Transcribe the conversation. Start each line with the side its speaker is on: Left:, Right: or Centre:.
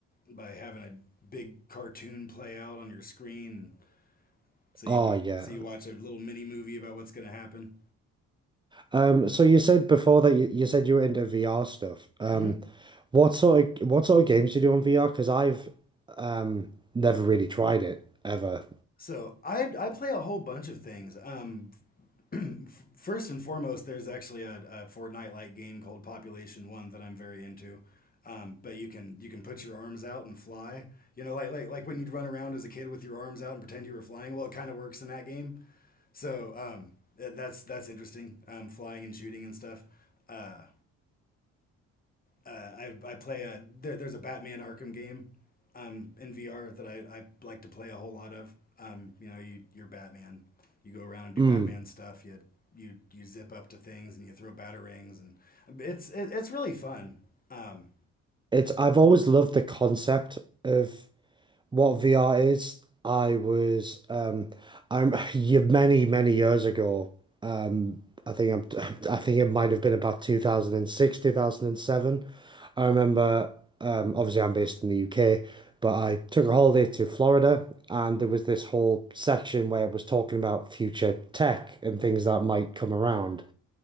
Left: by having a big cartoon play out on your screen. So you
Right: Oh yeah.
Left: so you watch a little mini movie about what's going to happen.
Right: Um, so you said before that you, you said you were into VR stuff. Um,
Left: hmm
Right: what sort of what sort of games do you do on VR? Because I've um never really tried it ever.
Left: So I I play a whole bunch of things. Um, <clears throat> first and foremost, there's actually a, a Fortnite-like game called Population One that I'm very into. Um, but you can you can put your arms out and fly. You know, like like like when you'd run around as a kid with your arms out and pretend you were flying. Well, it kind of works in that game. So um, that- that's that's interesting. Um, flying and shooting and stuff. Uh, uh, I I play a there, there's a Batman Arkham game um, in VR that I, I like to play a whole lot of. Um, you know, you you're Batman. You go around and do
Right: Mm.
Left: Batman stuff. You you you zip up to things and you throw batarangs and it's it, it's really fun. Um,
Right: It's I've always loved the concept of what VR is, I was um I'm <laughs> you many, many years ago. Um I think I'm <laughs> I think it might have been about 2006, 2007. I remember um obviously I'm based in the UK, but I took a holiday to Florida and there was this whole section where it was talking about future tech and things that might come around.